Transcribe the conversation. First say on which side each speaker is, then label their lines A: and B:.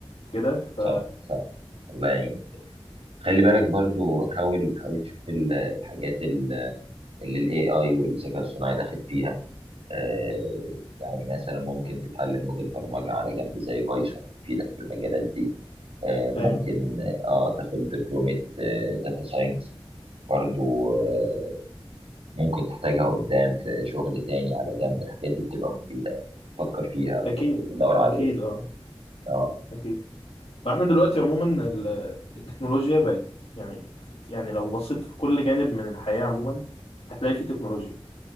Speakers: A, on the left; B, on the right.
A: كده ف
B: صح صح الله يعينك خلي بالك برضو حاول حاول تشوف ال- الحاجات ال- اللي الاي اي والذكاء الصناعي داخل فيها آه، يعني مثلا ممكن تتعلم لغة برمجة على جنب زي بايثون تفيدك في المجالات دي آه، ممكن
A: أيوه
B: اه تاخد دبلومة داتا ساينس برضو آه، ممكن تحتاجها قدام في شغل تاني على جنب الحاجات دي بتبقى مفيدة يعني فكر فيها و-
A: أكيد
B: ودور عليها
A: أكيد أه
B: اه
A: أكيد وإحنا دلوقتي عموما ال- التكنولوجيا بقت يعني يعني لو بصيت في كل جانب من الحياة عموما هتلاقي فيه تكنولوجيا